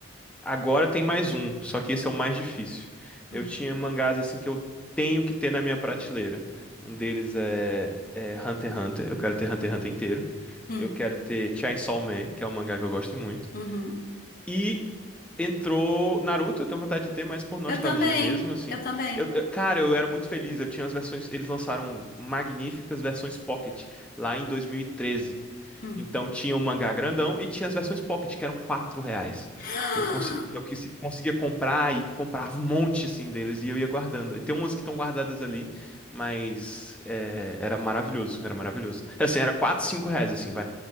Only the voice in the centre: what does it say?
Agora tem mais um, só que esse é o mais difícil.
Eu tinha mangás assim que eu tenho que ter na minha prateleira. Um deles é, é Hunter x Hunter, eu quero ter Hunter x Hunter inteiro.
Eu quero ter Chainsaw Man, que é um mangá que eu gosto muito.
E entrou Naruto, eu tenho vontade de ter, mas por nostalgia
mesmo, assim.
Eu, eu- cara, eu era muito feliz, eu tinha as versões, eles lançaram magníficas versões Pocket lá em 2013.
Então
tinha o mangá grandão e tinha as versões Pocket, que eram 4 reais.
Eu, consegui, eu quis- conseguia comprar e comprava um monte assim deles e eu ia guardando. E tem umas que estão guardadas ali, mas é, era maravilhoso, era maravilhoso. Assim, era 4 5 reais, assim, vai.